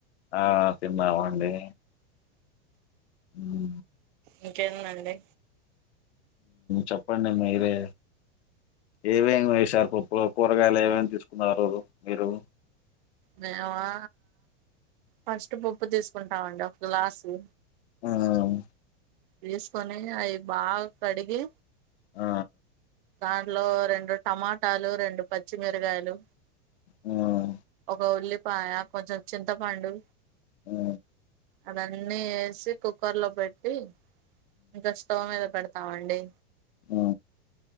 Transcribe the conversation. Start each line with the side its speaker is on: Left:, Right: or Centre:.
Left: ఆ తిన్నామండి ఉ
Right: ఇంకేందండి
Left: చెప్పండి మీరే ఏమేమి ఎసారు పప్పు కూరగాయలు ఏవేమి తీసుకున్నారు మీరు
Right: మేమా ఫస్ట్ పప్పు తీసుకుంటామండి ఒక గ్లాసు
Left: మ్మ్
Right: తీసుకొని అవి బాగా కడిగి
Left: ఆ
Right: దాంట్లో రెండు టమాటాలు రెండు పచ్చిమిరగాయలు
Left: మ్మ్
Right: ఒక ఉల్లిపాయ కొంచెం చింతపండు
Left: ఉ
Right: అవన్నీ వేసి కుక్కర్ లో పెట్టి ఇంకా స్టవ్ మీద పెడ్ తమండి
Left: ఆ